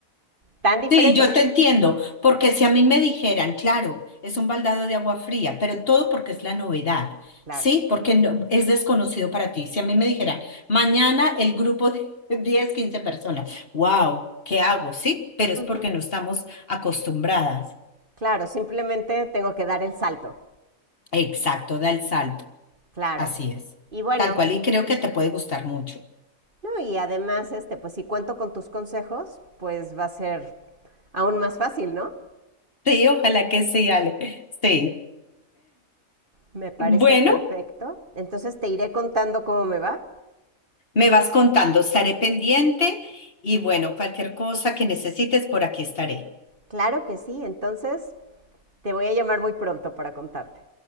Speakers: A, on the right; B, on the left.
A: tan diferente.
B: Sí, yo te entiendo, porque si a mí me dijeran, claro, es un baldado de agua fría, pero todo porque es la novedad,
A: Claro,
B: ¿sí? Porque no- es desconocido para ti. Si a mí me dijeran, mañana el grupo de <laughs> 10, 15 personas, wow, ¿qué hago? Sí, pero es
A: ujú,
B: porque no estamos acostumbradas.
A: Claro, simplemente tengo que dar el salto,
B: Exacto, da el salto,
A: claro.
B: así es.
A: Y bueno,
B: Tal cual, y creo que te puede gustar mucho.
A: No, y además, este, pues si cuento con tus consejos, pues va a ser aún más fácil, ¿no?
B: Sí, ojalá que sí, Ale. Sí.
A: Me parece
B: Bueno.
A: perfecto. Entonces te iré contando cómo me va.
B: Me vas contando, estaré pendiente y bueno, cualquier cosa que necesites, por aquí estaré.
A: Claro que sí, entonces te voy a llamar muy pronto para contarte.